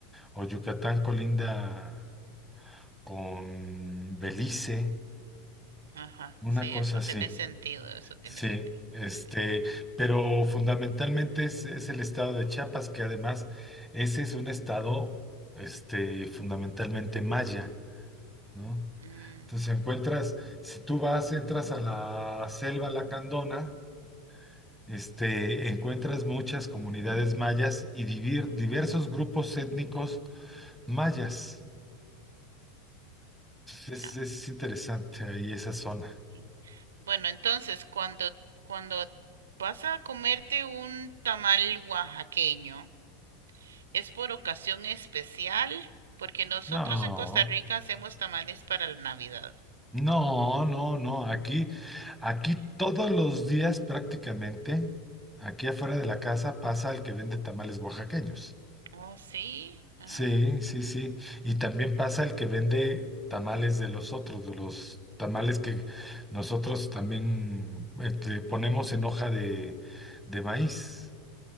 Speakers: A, in the centre; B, on the right (about 80°).
A: O Yucatán colinda con Belice,
B: ajá,
A: una
B: sí,
A: cosa
B: eso
A: así.
B: tiene sentido, eso tiene
A: Sí,
B: sentido.
A: este,
B: Muy bien.
A: pero fundamentalmente es, es el estado de Chiapas, que además ese es un estado, este, fundamentalmente maya, ¿no?
B: Mm,
A: Entonces si encuentras, si tú vas, entras a la selva Lacandona, este, encuentras muchas comunidades mayas y divir- diversos grupos étnicos mayas. Es,
B: ya.
A: es interesante ahí esa zona.
B: sí. Bueno, entonces cuando, cuando vas a comerte un tamal oaxaqueño, ¿es por ocasión especial? Porque nosotros
A: No.
B: en Costa Rica hacemos tamales para la Navidad.
A: No, no, no. Aquí, aquí todos los días prácticamente, aquí afuera de la casa pasa el que vende tamales oaxaqueños.
B: Oh, sí. Ah,
A: Sí, sí, sí. Y también pasa el que vende tamales de los otros, de los tamales que nosotros también este, ponemos en hoja de, de maíz.